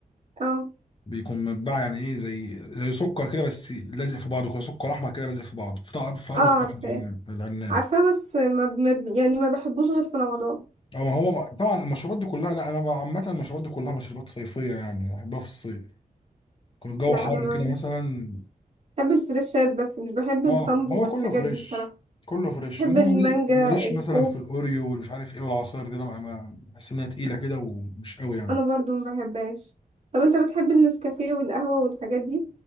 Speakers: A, on the right; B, on the left.
A: اه
B: بيكون مبدع يعني ايه زي زي سكر كده بس لازق في بعضه كده سكر احمر كده لازق في بعضه في طعم في قلبه
A: اه عارفاه
B: طعم العناب العناب.
A: عارفاه بس ما ب... ما ب... يعني ما بحبوش غير في رمضان
B: اه ما هو ما- طبعا المشروبات دي كلها لا انا عامه المشروبات دي كلها مشروبات صيفيه يعني بحبها في الصيف يكون الجو
A: لا
B: حر
A: انا ما
B: كده مثلا
A: بحب الفريشات بس مش بحب التمر
B: اه هو
A: والحاجات
B: كله فريش
A: دي بصراحة
B: كله فريش
A: بحب
B: انما
A: المانجا
B: مالي- ماليش
A: الخوخ
B: مثلا في الاوريو والمش عارف ايه والعصاير دي لما ما بحس انها تقيله كده ومش قوي يعني
A: انا برضو ما بحبهاش طب انت بتحب النسكافيه والقهوة والحاجات دي